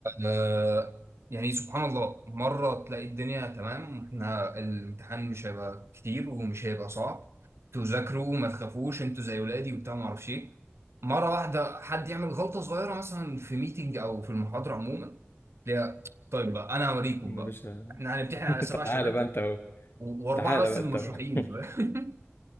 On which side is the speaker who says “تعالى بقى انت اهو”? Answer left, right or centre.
Left